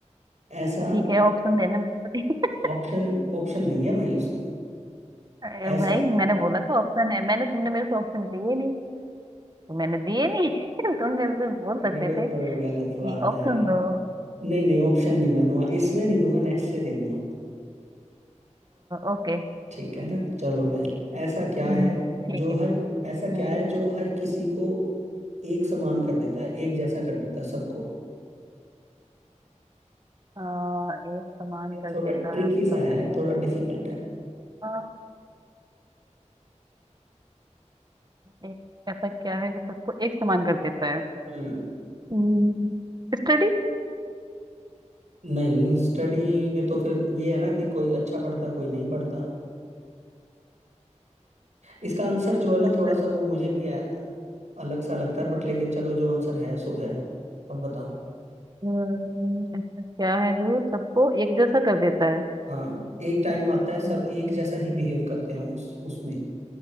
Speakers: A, on the right (about 70°); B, on the right (about 35°).
A: ऐसा
B: ठीक है ऑप्शन देना मेरे को ठीक
A: ऑप्शन ऑप्शन नहीं है भाई उसमें
B: है? अरे
A: ऐसा
B: भाई मैंने बोला था ऑप्शन है मैंने तुमने मेरे से ऑप्शन दिए नहीं तो मैंने दिए नहीं <laughs> तुम मेरे से बोल
A: ये
B: सकते
A: तो
B: थे
A: गलत बात
B: ये ऑप्शन
A: है यार
B: दो
A: नहीं नहीं ऑप्शन नहीं मैं दूंगा इसमें नहीं दूंगा नेक्स्ट से दे दूंगा
B: ओके
A: ठीक है ना चलो भाई ऐसा क्या
B: हम्म
A: है
B: ठीक
A: जो
B: है
A: हर ऐसा
B: हम्म
A: क्या है जो हर किसी को एक समान कर देता है एक जैसा कर देता है सबको
B: अ, एक समान
A: ये
B: कर
A: थोड़ा
B: देता
A: ट्रिकी
B: है मतलब
A: सा है
B: ऐसा
A: थोड़ा डिफिकल्ट
B: अ, एक ऐसा क्या है जो सबको एक समान कर देता है
A: है
B: हम्म, स्टडी
A: नहीं स्टडी में तो फिर ये है ना कि कोई अच्छा पढ़ता कोई नहीं पढ़ता इसका आंसर जो है ना
B: ऐसा
A: थोड़ा सा वो मुझे भी अ- अलग सा लगता है बट लेकिन चलो जो आंसर है सो है अब बताओ
B: अ, ऐसा क्या है जो सबको एक जैसा कर देता है
A: हाँ एक टाइम आता है सब
B: हम्म।
A: एक जैसा ही बिहेव करते हैं उस उसमें